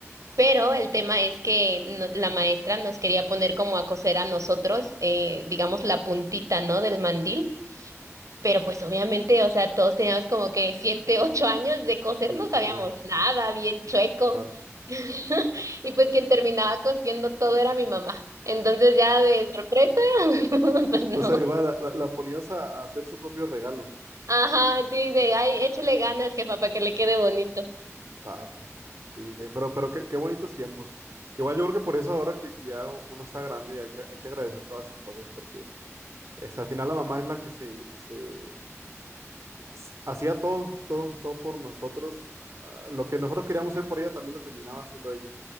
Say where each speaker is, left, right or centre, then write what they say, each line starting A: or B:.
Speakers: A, on the right; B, on the right.
A: Pero el tema es que no- la maestra nos quería poner como a coser a nosotros, eh, digamos, la puntita, ¿no? del mandil. Pero pues obviamente, o sea, todos teníamos como que siete, ocho años de coser,
B: Sí,
A: no
B: como,
A: sabíamos nada, bien chueco.
B: claro.
A: <laughs> Y pues quien terminaba cosiendo todo era mi mamá. Entonces ya de sorpresa, <laughs> pues no.
B: O sea, igual la, la- la ponías a, a hacer su propio regalo.
A: Ajá, sí, de, ay, échale ganas, jefa, para que le quede bonito.
B: Ah, pues sí, que- pero, pero qué, qué bonitos tiempos. Igual yo creo que por eso ahora que, que ya uno está grande hay que, hay que agradecer todas esas cosas porque es, al final la mamá es la que se, se, s- hacía todo, todo, todo por nosotros. Ah, Lo que nosotros queríamos hacer por ella también lo terminaba haciendo ella.